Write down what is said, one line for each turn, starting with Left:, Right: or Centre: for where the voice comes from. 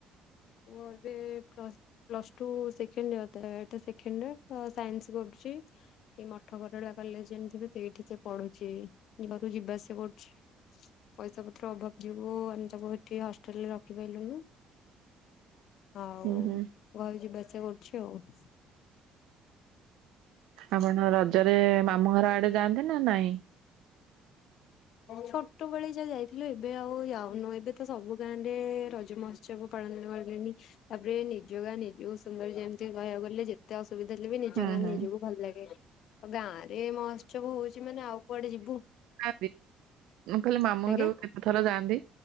Left: ପୁଅ ଏବେ plus plus two second year ତ ଏଟା ସେଖେଣ୍ଡ ଇଅର ତ ସାଇନ୍ସ କରୁଚି। ଏଇ ମଠ ଗରଳାଆ କଲେଜ ଜାଣିଥିବେ ସେଇଠି ସେ ପଢୁଚି ଯିବାକୁ ଯିବା ଆସିଆ କରୁଛି। ପଇସା ପତ୍ର ଅଭାବ ଯୋଗୁ ଆମେ ତାକୁ ହେଠି ହଷ୍ଟେଲରେ ରଖିପାଇଲୁନୁ। ଆଉ
Right: ହୁଁ ହୁଁ
Left: ଘରୁ ଯିବା ଆସିଆ କରୁଚି ଆଉ।
Right: ଆପଣ ରଜରେ ମାମୁ ଘର ଆଡେ ଯାଆନ୍ତି ନା ନାଇଁ?
Left: ଛୋଟବେଳେ ଯା ଯାଇଥିଲୁ ଏବେ ଆଉ ଯାଉନୁ ଏବେ ତ ସବୁ ଗାଁ ରେ ରଜ ମସ୍ ଉତ୍ସବ ପାଳନ କଲେଣି ତାପରେ ନିଜ ଗା ନିଜ କୁ ସୁନ୍ଦର ଯେମିତି କହିବାକୁ ଗଲେ ଯେ ଏତେ ଅସୁବିଧା ହେଲେ ବି ନିଜ
Right: ହୁଁ
Left: ଗାଁ
Right: ହୁଁ
Left: ନିଜକୁ ଭଲ ଲାଗେ। ଆଉ ଗାଁ ରେ ମହୋତ୍ସବ ହଉଚି ମାନେ ଆଉ କୁଆଡେ ଯିବୁ।
Right: ଆବୀ ମୁଁ କହିଲି ମାମୁଁ
Left: ଆଜ୍ଞା
Right: ଘରକୁ କେତେଥର ଯାଆନ୍ତି?